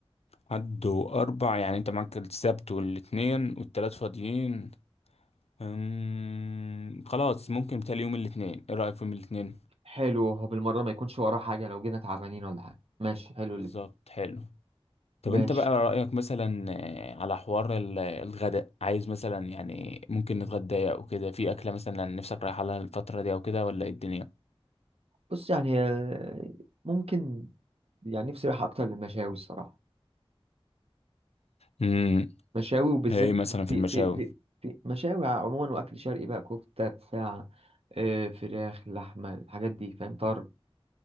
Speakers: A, on the left; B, on the right.
A: حد وأربع يعني انت معاك السبت والاتنين والتلات فاضيين أمم، خلاص ممكن تالي يوم الاتنين ايه رأيك في يوم الاتنين
B: حلو هو بالمرة ما يكونش وراه حاجة لو جينا تعبانين ولا حاجة ماشي حلو اللي
A: بالظبط حلو طب
B: ماشي
A: انت بقى رأيك مثلا آه، على حوار ال- الغداء عايز مثلا يعني ممكن نتغدى او كده في اكلة مثلا نفسك رايحة لها الفترة دي او كده ولا ايه الدنيا
B: بص يعني هي- ممكن يعني نفسي رايحة أكتر للمشاوي الصراحة
A: امم
B: مشاوي وبالذات
A: ايه مثلا في
B: في
A: المشاوي
B: في في في مشاوي عموما وأكل شرقي بقى كفتة بتاع آه، فراخ لحمة الحاجات دي فاهم طرب